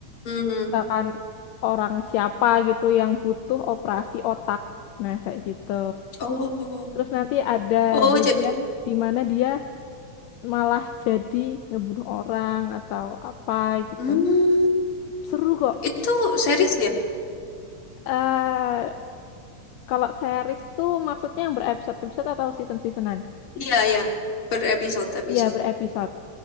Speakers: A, on the left (about 50°); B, on the left (about 75°).
A: mm.
B: misalkan orang siapa gitu yang butuh operasi otak. Nah, kayak gitu.
A: Oh,
B: Terus nanti ada
A: oh
B: bagian
A: jadi.
B: di mana dia malah jadi ngebunuh orang atau apa gitu.
A: Hmm,
B: Seru kok.
A: Itu series ya?
B: eh kalau series tuh maksudnya yang berepisode-episode atau season-seasonan?
A: Iya, ya. Berepisode, episode.
B: Iya, berepisode.